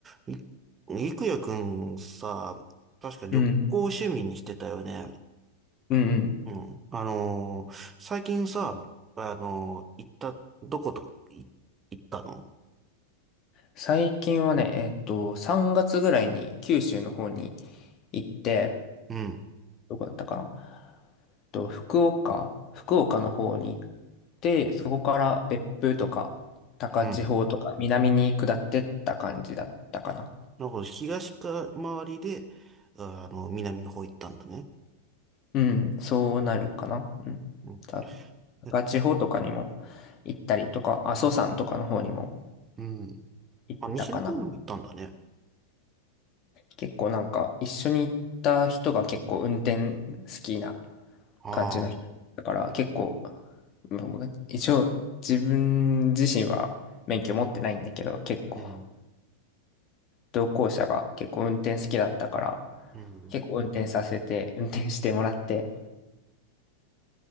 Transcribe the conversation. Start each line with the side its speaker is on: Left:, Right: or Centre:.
Right: い、いくやくんさ、確か旅行を趣味にしてたよね。
Left: うん。うんうん。
Right: うん。あのー最近さ、あのー行った、どこと、い、行ったの
Left: 最近はね、えっと、3月ぐらいに九州の方に行って、
Right: うん、
Left: どこだったかなえっと、福岡福岡の方に行って、そこから別府とか、高千穂とか、
Right: うん。
Left: 南に下ってった感じだったかな。
Right: なんか東か周りで、あの、南の方行ったんだね。
Left: うん、そうなるかな。うん。
Right: うん。
Left: 多分
Right: え、
Left: 高千穂とかにも行ったりとか、阿蘇山とかの方にも
Right: うん。
Left: 行ったかな。
Right: あ、西の方にも行ったんだね。
Left: 結構なんか、一緒に行った人が結構運転好きな
Right: ああ、
Left: 感じの人だから結構、まあまあ一応自分自身は免許持ってないんだけど、結構
Right: うん、
Left: 同行者が結構運転好きだったから、
Right: うん。
Left: 結構運転させて、運転してもらって、